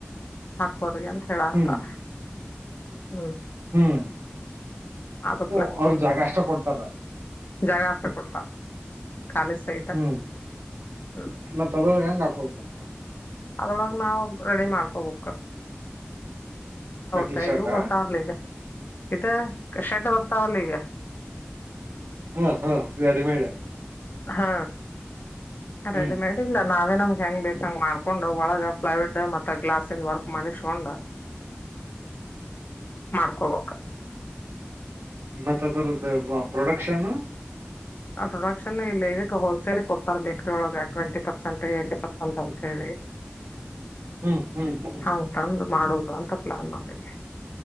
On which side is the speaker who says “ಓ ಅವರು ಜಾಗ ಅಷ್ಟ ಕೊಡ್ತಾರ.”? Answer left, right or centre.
Right